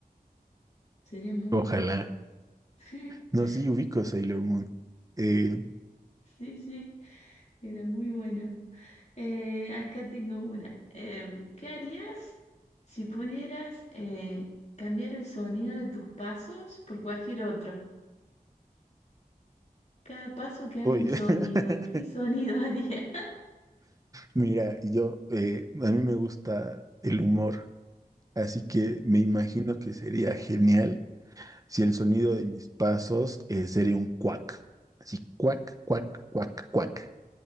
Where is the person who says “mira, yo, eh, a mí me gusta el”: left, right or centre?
Right